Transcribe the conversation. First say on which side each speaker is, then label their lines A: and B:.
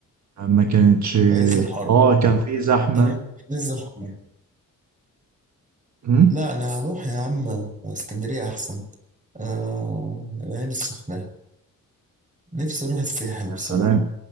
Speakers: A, on the right; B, on the right.
A: ما كانتش
B: في عز الحر
A: اه كان في زحمة
B: تروح في عز الحر
A: أمم،
B: لا انا هروح يا عم اسكندرية احسن آه العين السخنة نفسي اروح الساحل
A: يا
B: بصراحة
A: سلام